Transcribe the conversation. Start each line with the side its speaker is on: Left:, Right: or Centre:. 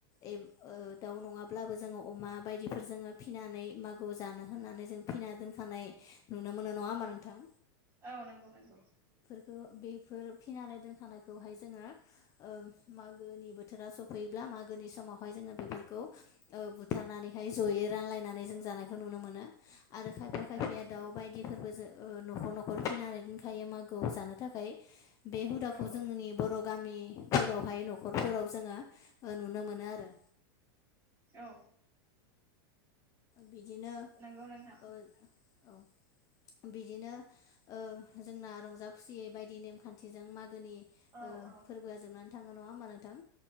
Left: एब ओ दाउ नङाब्लाबो जोङो अमा बायदिफोर जोङो फिनानै मागोआव जानो होननानै जों फि ना दोनखानाय नुनो मोनो। नङा होमबा नोंथां?
Right: औ नंगौ नंगौ।
Left: ओ बे फोर फिनानै दोनखानायखौहाय जोङो ओ मागोनि बोथोरा सफैयोब्ला मागोनि स मावहाय जोङो बेफोरखौ ओ बुथारनानैहाय ज'यै रानलायनानै जों जानायखौ नुनो मोनो। आरो खायफा खायफाया
Right: औ नंगौ
Left: दाउ बायदिफोरबो जो ओ न'खर न'खर फिनानै दोनखायो मागोआव जानो थाखाय। बे हुदाखौ
Right: औ
Left: जोंनि बर' गामि फोरावहाय न'खरफोराव जोङो ओ नुनो मोनो आरो
Right: औ।
Left: बिदिनो
Right: औ नंगौ नोंथां
Left: ओ औ बिदिनो ओ जोंना रंजा खुसियै बायदि नेमखान्थिजों मा गोनि
Right: औ
Left: ओ
Right: औ
Left: फोरबोआ जोबनानै थाङो नङा होमबा नोंथां।